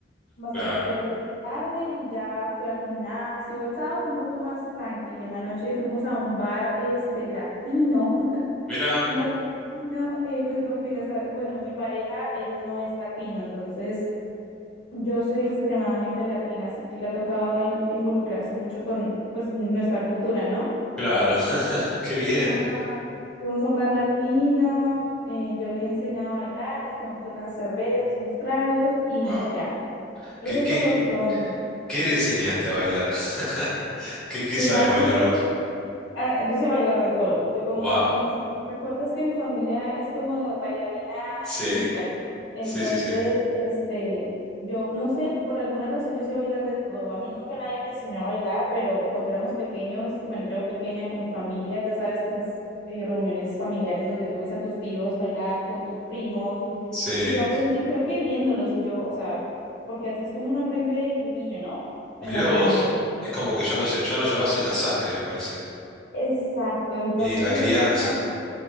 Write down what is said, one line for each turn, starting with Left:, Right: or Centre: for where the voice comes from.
Left: más
Centre: claro.
Left: a las 3 de la tarde y ya fui al gimnasio. El sábado fue un poco más tranqui y en la noche fuimos a un bar este latino, <laughs>
Centre: Mira,
Left: un bar latino, eh, pues porque ya sabes, bueno, mi pareja, él no es latino, entonces yo soy extremadamente latina, así que le ha tocado el involucrarse mucho con pues nuestra cultura, ¿no?
Centre: claro,
Left: Entonces,
Centre: <laughs> qué bien.
Left: fuimos a, fuimos a un bar latino, eh, yo le he enseñado a bailar, nos tomamos unas cervezas, unos tragos y
Centre: Wow.
Left: ya. Eso
Centre: ¿Qué, qué,
Left: por lo pronto.
Centre: qué le enseñaste a bailar? <laughs> ¿Qué, qué
Left: Mira,
Centre: sabes
Left: ha
Centre: bailar
Left: sido
Centre: vos?
Left: ah, yo sé bailar de todo. Yo como,
Centre: Wow.
Left: no sé, recuerdas que mi familia es como bailarina
Centre: Sí,
Left: empírica, ¿no? Entonces,
Centre: sí, sí, sí.
Left: este, yo no sé, por alguna razón yo sé bailar de todo. A mí nunca nadie me enseñó a bailar, pero cuando éramos pequeños, bueno, yo pequeña con mi familia, ya sabes que esas eh, reuniones familiares donde tú ves a tus tíos bailar con tus primos, tu-
Centre: Sí.
Left: y yo aprendí, creo que viéndolos, y yo, o sea, porque así es como uno aprende de niño, ¿no? En
Centre: Mirá
Left: Latinoamérica.
Centre: vos. Es como que ya lo, se- ya lo llevas en la sangre, me parece.
Left: Exacto, entonces
Centre: Y en la
Left: le
Centre: crianza.
Left: enseñó